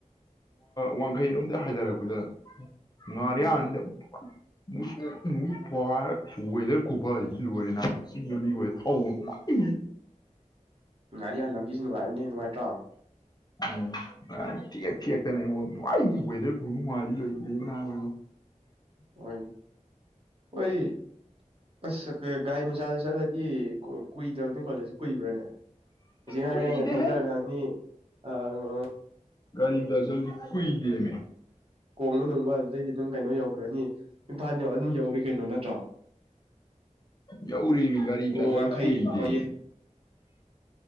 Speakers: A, on the left; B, on the right.
A: ꯋꯥꯡꯈꯩꯔꯣꯝꯗ ꯍꯥꯢꯗꯔꯛꯄꯗ ꯉꯔꯤꯌꯥꯟꯁꯤꯗ
B: ꯎꯝ
A: ꯃꯨꯁꯨꯛ ꯃꯨꯏ ꯄꯥꯢꯔ ꯋꯦꯗꯔ ꯈꯨꯐꯁꯤꯗꯤ ꯂꯣꯏꯔꯦ ꯅꯥꯕ ꯁꯤ <unintelligible>
B: ꯉꯥꯔꯤꯌꯥꯥꯟ ꯂꯝꯕꯤꯁꯨ ꯅꯨꯡꯉꯥꯏꯕꯅꯤꯅꯦ ꯅꯨꯡꯉꯥꯏꯇ꯭ꯔꯣ
A: ꯎꯝ ꯊꯦꯛ ꯊꯦꯛꯇꯅꯦ ꯑꯩꯉꯣꯟ ꯅꯨꯡꯉꯥꯏꯒꯤ ꯋꯦꯗꯔ ꯈꯨꯅꯨꯡꯉꯥꯏꯗꯤ ꯂꯩꯈ꯭ꯔꯦꯕ ꯅꯍꯣꯏꯗꯣ
B: ꯑꯣꯏꯟ ꯑꯣꯏ ꯑꯁ ꯒꯥꯔꯤ ꯃꯆꯥꯗ ꯆꯠꯂꯗꯤ ꯀꯨꯏꯗꯕꯅꯤ ꯀꯣꯂꯦꯖꯁꯤ ꯀꯨꯏꯕ꯭ꯔꯥꯅꯦ ꯆꯤꯡꯉꯔꯦꯜꯗꯩ
A: ꯀꯨꯏꯗꯦꯍꯦ
B: ꯊꯧꯊꯈ꯭ꯔꯅꯤ ꯑꯥ
A: ꯒꯥꯔꯤꯗ ꯑꯗꯨꯝ ꯀꯨꯏꯗꯦꯃꯦ
B: ꯀꯣꯡꯕ ꯅꯨꯡꯕ ꯑꯗꯨꯗꯩꯗꯤ ꯑꯗꯨꯝ ꯀꯩꯅꯣ ꯌꯧꯈ꯭ꯔꯅꯤ ꯏꯝꯐꯥꯜ ꯌꯧ ꯑꯗꯨꯝ ꯌꯧꯔꯤ ꯀꯩꯅꯣ ꯅꯠꯇ꯭ꯔꯣ <unintelligible>
A: ꯌꯧꯔꯦꯃꯤ ꯒꯥꯔꯤ
B: ꯑꯣ
A: ꯆꯥꯂꯗꯤ
B: ꯋꯥꯡꯈꯩ
A: ꯀꯨꯏꯗꯦꯃꯤ
B: ꯋꯥꯠꯂꯤ